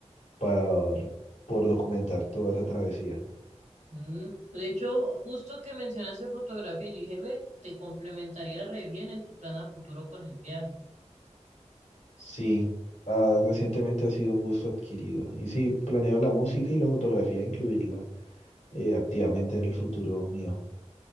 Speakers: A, on the left; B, on the right.
A: por, por documentar toda esa travesía.
B: Mm, De hecho, justo que mencionaste fotografía, yo dije, ve, te complementaría re bien en tu plan a futuro con el viaje.
A: Sí, ah, recientemente ha sido un gusto adquirido y sí, planeo la música y la fotografía incluirla eh, activamente en el futuro mío.